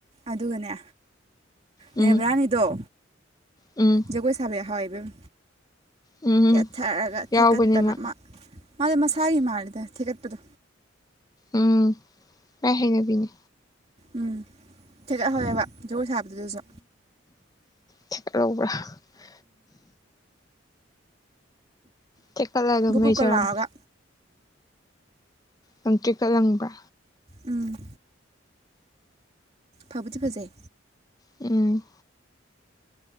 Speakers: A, on the right; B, on the left.
A: ꯑꯗꯨꯒꯅꯦ
B: ꯎꯝ
A: ꯅꯦꯕ꯭ꯔꯥꯅꯤꯗꫭ
B: ꯎꯝ
A: ꯖꯒꫭꯏ ꯁꯥꯕ ꯌꯥꯎꯍꯧꯑꯦ꯫ ꯝ
B: ꯎꯝ
A: ꯀꯦꯊꯔꯒ
B: ꯌꯥꯎꯕꯅꯦ
A: ꯊꯦꯀꯠꯇꯅ
B: ꯃꯥ
A: ꯃ ꯃꯥꯗꫭ ꯃꯁꯥꯒꯤ ꯃꯥꯜꯂꯤꯗ ꯊꯦꯀꯠꯄꯗꯨ꯫
B: ꯝꯝ ꯃꯥꯏ ꯍꯩꯅꯕꯤꯅꯦ꯫
A: ꯝꯝ ꯊꯦꯀꯠꯍꯧꯑꯦꯕ ꯖꯒꫭꯏ ꯁꯥꯕ ꯗꯨꯗꯁꯨ
B: ꯊꯦꯀꯠꯑꯧ <unintelligible> ꯊꯦꯀꯠꯂꯒ
A: ꯕꯨꯞ
B: ꯃꯩꯆꯔꯝ꯫
A: ꯕꯨꯞꯀ ꯂꯥꯎꯔꯒ
B: ꯂꯪꯇ꯭ꯔꯤꯛꯀ ꯂꯪꯕ꯭ꯔꯥ꯫
A: ꯎꯝ ꯐꯕꯨꯗꯤ ꯐꯖꯩ꯫
B: ꯎꯝ